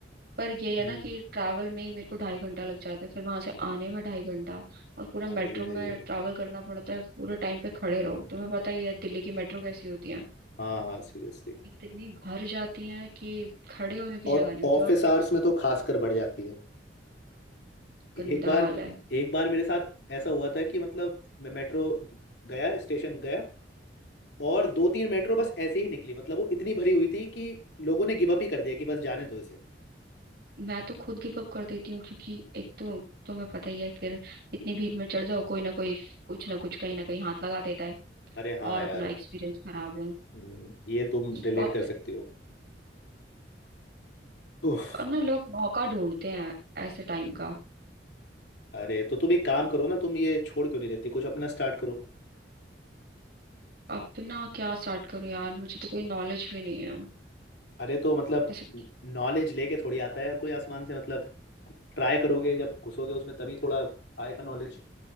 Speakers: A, on the right; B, on the left.
A: पर ये है
B: हम्म।
A: ना कि ट्रैवल में ही मेरे को ढाई घंटा लग जाता है फिर वहां से आने में ढाई घंटा और पूरा
B: अरे
A: मेट्रो में ट्रैवल करना पड़ता है पूरे टाइम पे खड़े रहो तुम्हें पता ही है दिल्ली की मेट्रो कैसी होती है
B: हाँ हाँ सीरियसली
A: इतनी भर जाती है कि खड़े होने की
B: और
A: जगह नहीं होती
B: ऑफिस
A: वहां
B: आवर्स में तो खासकर बढ़ जाती है
A: गंदा
B: एक बार
A: हाल है
B: एक बार मेरे साथ ऐसा हुआ था कि मतलब मैं मेट्रो गया स्टेशन गया और दो तीन मेट्रो बस ऐसे ही निकली मतलब वो इतनी भरी हुई थी कि लोगों ने गिव अप ही कर दिया कि बस जाने दो इसे
A: मैं तो खुद गिव अप कर देती हूँ क्योंकि एक तो तुम्हें पता ही है फिर इतनी भीड़ में चढ़ जाओ कोई ना कोई कुछ ना कुछ कहीं ना कहीं हाथ लगा देता है
B: अरे हाँ
A: और अपना
B: यार
A: एक्सपीरियंस खराब हो
B: हम्म, ये तुम
A: बहुत
B: रिलेट कर सकती हो उफ,
A: और ना लोग मौका ढूंढते हैं ऐसे टाइम का
B: अरे तो तुम एक काम करो ना तुम ये छोड़ क्यों नहीं देती कुछ अपना स्टार्ट करो
A: अपना क्या स्टार्ट करूं यार मुझे तो कोई नॉलेज भी नहीं है
B: अरे तो मतलब
A: ऐसे
B: नॉलेज लेके थोड़ी आता है यार कोई आसमान से मतलब ट्राई करोगे जब घुसोगे उसमें तभी थोड़ा आएगा नॉलेज